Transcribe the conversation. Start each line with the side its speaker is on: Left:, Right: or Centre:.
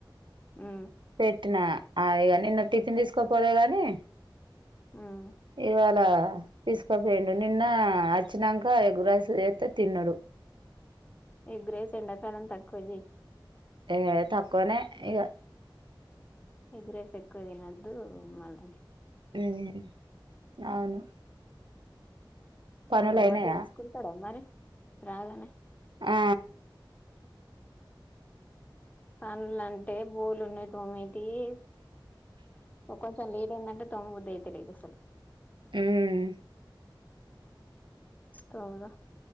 Left: ఉమ్
Right: పెట్టిన అ ఇగా నిన్న టిఫిన్ తీసుకపోలే గాని
Left: ఉమ్
Right: ఇవాళ తీసుకోపోయిండు నిన్నా అచ్చినాంక ఎగ్గ్ రైస్ చేస్తే తిన్నడు
Left: ఎగ్ రైస్ ఎండాకాలం తక్కువ జెయ్
Right: ఏ తక్కువనే ఇగ
Left: ఎగ్ రైస్ ఎక్కువ తినద్దూ మల్ల
Right: మ్ ఔను పనులయినయా
Left: హోమ్ వర్క్ చేసుకుంటడ మరి రాగానే
Right: ఆ
Left: పన్లంటే బోల్ ఉన్నాయ్ తోమెటీయీ ఒ కొంచెం లేట్ అయిందంటే తోమబుద్ది అయితలేద్ అసల్
Right: మ్
Left: తోముదా